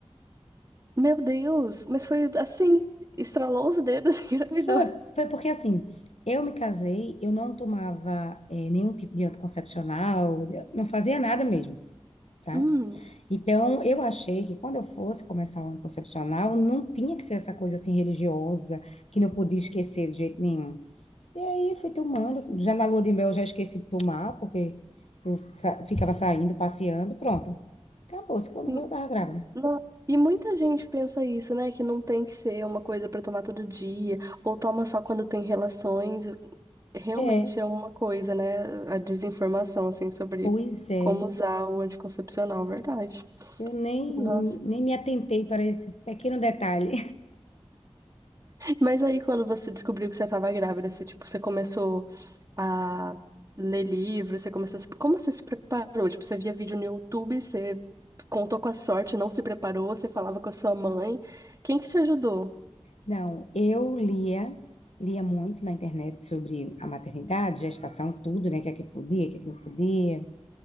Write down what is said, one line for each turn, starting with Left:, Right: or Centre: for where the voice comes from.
Right: Meu Deus! Mas foi assim, estralou os dedos <laughs> e engravidou.
Left: Foi, foi porque assim, eu me casei, eu não tomava eh, nenhum tipo de anticoncepcional, não fazia nada mesmo, tá?
Right: Hum,
Left: Então, eu achei que quando eu fosse começar o anticoncepcional, não tinha que ser essa coisa assim religiosa, que não podia esquecer de jeito nenhum. E aí fui tomando, já na lua de mel eu já esqueci de tomar, porque eu sa- ficava saindo, passeando, pronto. Acabou-se, quando
Right: sim.
Left: veio eu tava grávida.
Right: Não. E muita gente pensa isso, né? Que não tem que ser uma coisa pra tomar todo dia, ou toma só quando tem relações. Realmente
Left: É.
Right: é uma coisa, né? A desinformação, assim, sobre
Left: Pois é,
Right: como usar o anticoncepcional, verdade.
Left: eu nem,
Right: Nossa.
Left: nem me atentei para esse pequeno detalhe.
Right: Mas aí, quando você descobriu que você estava grávida, você, tipo, você começou a ler livros, você começou a... se- Como você se preparou? Tipo, você via vídeo no YouTube, você contou com a sorte, não se preparou, você falava com a sua mãe. Quem que te ajudou?
Left: Não, eu lia, lia muito na internet sobre a maternidade, gestação, tudo, né? O que é que podia, o que é que não podia.